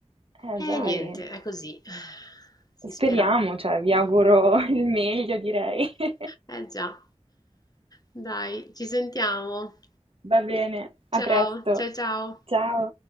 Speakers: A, on the right; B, on the left.
A: Eh
B: E
A: dai,
B: niente, è così, si
A: speriamo,
B: spera.
A: cioè vi auguro il meglio, direi. <laughs>
B: Eh già, dai, ci sentiamo.
A: Va bene, a
B: Ciao,
A: presto.
B: ciao, ciao.
A: Ciao.